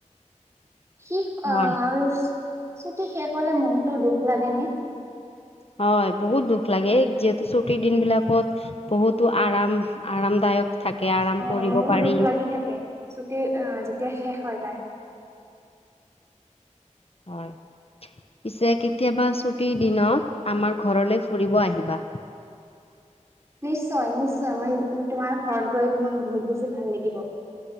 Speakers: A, on the right; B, on the left.
A: শিক্ষ আহ
B: হয়
A: আৰু ছুটি শেষ হলে মনটো দুখ লাগেনে?
B: হয় বহুত দুখ লাগে যিহেতু ছুটিৰ দিন বিলাকত, বহুতো আৰাম আৰামদায়ক থাকে আৰাম
A: অ',
B: কৰিব
A: মোৰো
B: পাৰি
A: দুখ লাগি থাকে, চুটি আহ যে তেতিয়া শেষ হৈ যায়।
B: হয়, পিছে কেতিয়াবা ছুটিৰ দিনত, আমাৰ ঘৰলৈ ফুৰিব আহিবা।
A: নিশ্চয় নিশ্চয় মই তোমাৰ ঘৰত গৈ মোৰ বহুত বেছি ভাল লাগিব। অ